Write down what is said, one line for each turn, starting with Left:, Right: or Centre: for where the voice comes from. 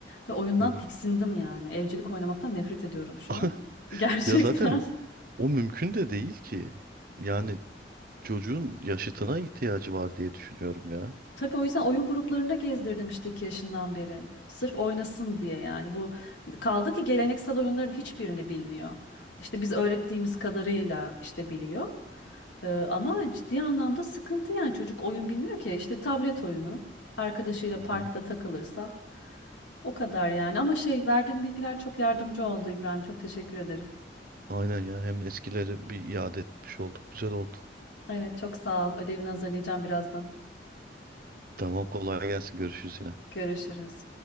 Left: ve oyundan
Right: Hı hı.
Left: tiksindim yani. Evcilik oynamaktan nefret ediyorum şu
Right: <laughs>
Left: an. <laughs> Gerçekten.
Right: Ya zaten o, o mümkün de değil ki. Yani çocuğun yaşıtına ihtiyacı var diye düşünüyorum ya.
Left: Tabii o yüzden oyun gruplarında gezdirdim işte 2 yaşından beri. Sırf oynasın diye yani. Bu kaldı ki geleneksel oyunların hiçbirini bilmiyor. İşte biz öğrettiğimiz kadarıyla işte biliyor. Ee, ama ciddi anlamda sıkıntı yani çocuk oyun bilmiyor ki. İşte tablet oyunu arkadaşıyla parkta
Right: Hı hı.
Left: takılırsa O kadar yani ama şey verdiğim bilgiler çok yardımcı oldu İbrahim. Çok teşekkür ederim.
Right: Aynen ya. Hem eskileri bir iade etmiş olduk. Güzel oldu.
Left: Evet çok sağ ol. Ödevini hazırlayacağım birazdan.
Right: Tamam kolay gelsin. Görüşürüz yine.
Left: Görüşürüz.